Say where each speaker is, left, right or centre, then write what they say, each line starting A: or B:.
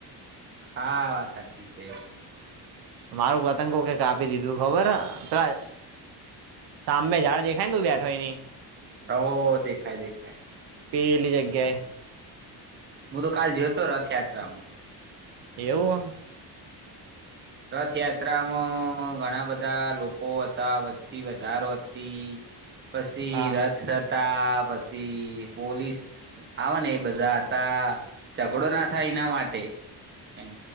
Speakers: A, on the right; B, on the right.
A: હા વાત હાચી છે.
B: મારું પતંગો કોક એ કાપી દીધું ખબર પેલા સામે ઝાડ દેખાયને તું બેઠો યા ની
A: હો દેખાય દેખાય
B: પેલી જગ્યાએ
A: હું તો કાલ જયો તો રથયાત્રામાં
B: એવું હ
A: રથયાત્રામાં ઘણા બધા લોકો તા વસ્તી વધારો હતી.
B: <inaudible>
A: પસી
B: હા
A: રથ તા પસી પોલીસ આવ ને એ બધા હતા. ઝઘડો ના થાય એના માટે એમ